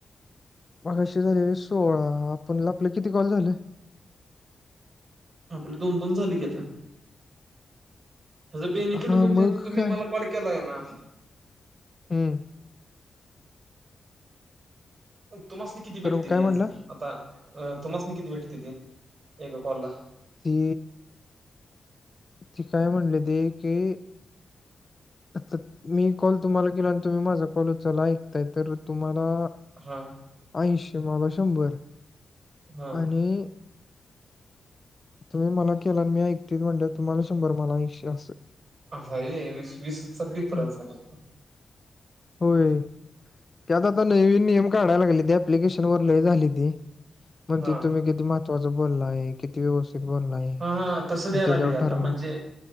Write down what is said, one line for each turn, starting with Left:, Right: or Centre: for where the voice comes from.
Left: मगाशी झालेले सोळा, आपल आपले किती कॉल झाले.
Right: आपल दोन दोन झाल की आता. ह्याच बेनिफिट
Left: हा
Right: म्हणजे
Left: मग
Right: आता तुम्ही
Left: काय
Right: मला कॉल केला आहे ना
Left: हम्म.
Right: तुम्हासनी किती
Left: तर
Right: भेटतेती
Left: मग काय
Right: याचं,
Left: म्हणला
Right: आता तुमासनी किती भेटत्यात एका कॉलला.
Left: ती ती काय म्हणल्याती की आता मी कॉल तुम्हाला केला, आणि तुम्ही माझा कॉल उचलला ऐकताय तर तुम्हाला
Right: हा
Left: ऐंशीे मला शंभर
Right: हा
Left: आणि तुम्ही मला केला आणि मी ऐकतोय, म्हणल्यावर तुम्हाला शंभर मला ऐंशी. असं
Right: असय व्हय, वीस-वीसचा डिफरन्स
Left: हम्म.
Right: आहे फक्त.
Left: होय, त्याता आता नवीन नियम काडायला लागलेती, ॲप्लिकेशन वर लय झालेती. मग
Right: हा
Left: ते तुम्ही किती महत्वाचं बोललाय किती <unintelligible> किती बोललाय.
Right: हा हा तसं द्यायला
Left: मग त्याच्यावर
Right: लागलय आता
Left: ठरणार
Right: म्हणजे